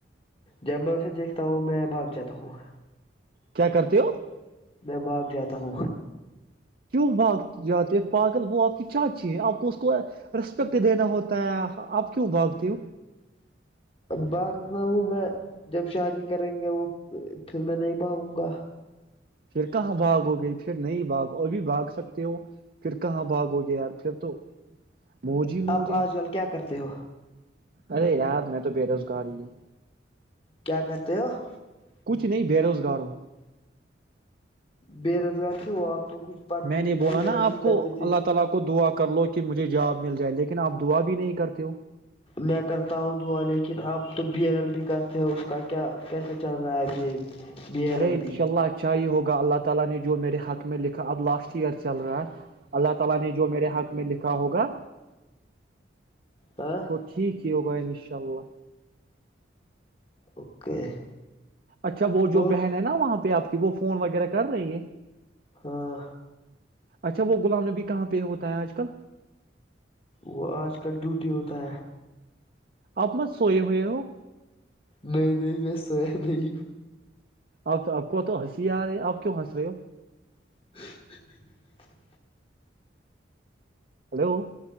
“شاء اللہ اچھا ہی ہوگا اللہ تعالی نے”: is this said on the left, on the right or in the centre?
Right